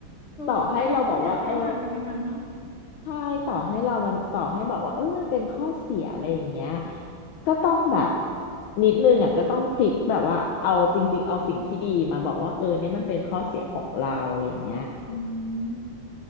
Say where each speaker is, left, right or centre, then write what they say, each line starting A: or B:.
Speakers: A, on the left (about 60°); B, on the left (about 85°).
A: ถูกใครๆก็ต้องอยากได้งานกันทั้งนั้นเนาะ
B: ต่อให้เราบอกว่าเออใช่ต่อให้เรามันต่อให้บอกว่าเออมันเป็นข้อเสียอะไรอย่างเงี้ยก็ต้องแบบนิดนึงอ่ะก็ต้องพลิกแบบว่าเอาจริงๆเอาสิ่งที่ดีมาบอกว่าเออเนี่ยมันเป็นข้อเสียของเราอะไรอย่างเงี้ย
A: อืม